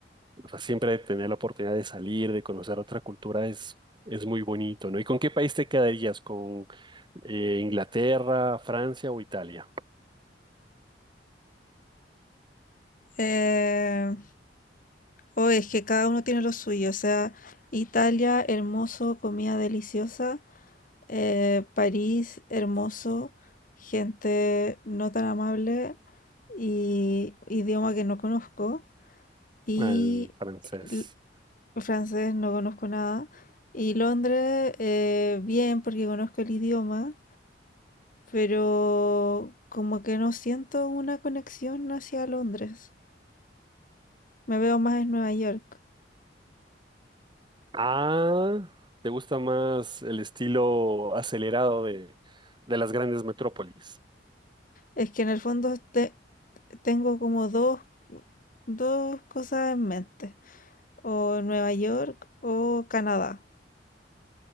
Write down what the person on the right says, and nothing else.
O sea, siempre tener la oportunidad de salir, de conocer otra cultura es, es muy bonito, ¿no? ¿Y con qué país te quedarías? ¿Con eh, Inglaterra, Francia o Italia?
Al francés.
Ah, ¿te gusta más el estilo acelerado de, de las grandes metrópolis?